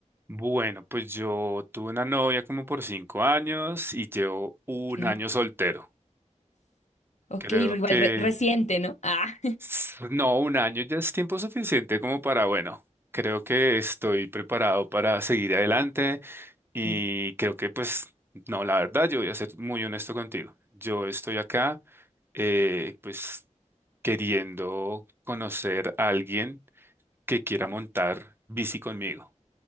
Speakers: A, on the right; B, on the left.
A: Bueno, pues yo tuve una novia como por cinco años y llevo un
B: Ok,
A: año soltero.
B: ok,
A: Creo
B: rival
A: que
B: re- reciente, ¿no? Ah,
A: s- no, un año ya es tiempo suficiente como para, bueno, creo que estoy preparado para seguir adelante y
B: sí.
A: creo que pues, no, la verdad, yo voy a ser muy honesto contigo. Yo estoy acá. eh, pues queriendo conocer a alguien que quiera montar bici conmigo,